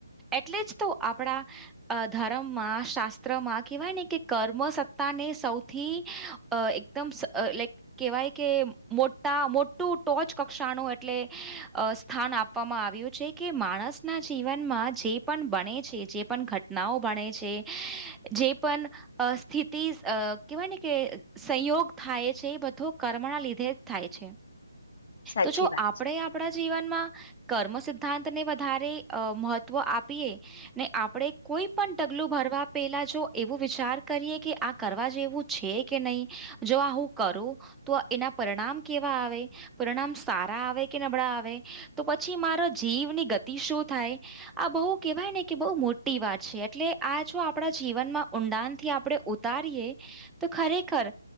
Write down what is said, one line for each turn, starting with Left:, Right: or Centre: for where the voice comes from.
Centre: એટલે જ તો આપડા ધર્મમાં શાસ્ત્રમાં કેવાય ને કે કર્મ સત્તાને સૌથી એકદમ લાઈક કવાયકે મોટા મોટું ટોચ કક્ષાનું એટલે સ્થાન આપ આપવામાં આવ્યું છે કે માણસના જીવનમાં જે પણ બને છે જે પણ ઘટ ઘટનાઓ ભણે છે જે પણ અ સ્થિતિ કહેવાયને કે સંયોગ થાય છે એ બધો કર્મના લીધે જ થાય છે
Left: સાચી
Centre: તો જો
Left: વાત
Centre: આપણેે
Left: છે
Centre: આપણા જીવનમાં કર્મ સિદ્ધાંતને વધારે મહત્વ આપીએ ને આપડે કોઈ પણ ટગલું ભરવા પેલા જો એવું વિચાર કરીએ કે આ કરવા જેવું છે કે નહી જો આ હું કરું તો એના પરિણામ કેવા આવે પરિણામ સારા આવે કે નબળા આવે તો પછી મારા જીવની ગતિ શું થાય આ બહુ કેવાયને કે બહુ મોટી વાત છે એટલે આ જો આપણા જીવનમાં ઊંડાણથી આપ આપડે ઉતારીએ તો ખરેખર